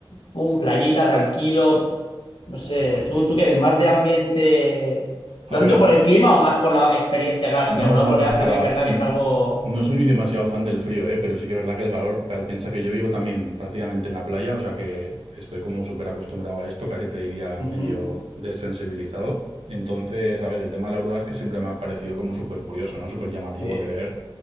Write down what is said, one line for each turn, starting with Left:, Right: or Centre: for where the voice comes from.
Left: Pum, playita, tranquilo. No sé,
Right: Tal cual,
Left: ¿tú,
Right: tío.
Left: tú qué eres? ¿Más de ambiente? ¿Lo
Right: A ver,
Left: has dicho por el clima o más por la experiencia? Claro,
Right: No,
Left: es que la aurora
Right: no,
Left: boreal
Right: no, que
Left: también
Right: va.
Left: es verdad
Right: No,
Left: que es algo...
Right: no soy demasiado fan del frío, ¿eh? pero sí que es verdad que el calor, pa- piensa que yo vivo también prácticamente en la playa, o sea que estoy como súper acostumbrado a esto, casi te diría
Left: Ujú,
Right: medio desensibilizado. Entonces, a ver, el tema de la aurora es que siempre me ha parecido como súper curioso, ¿no? Súper llamativo
Left: Sí,
Right: de ver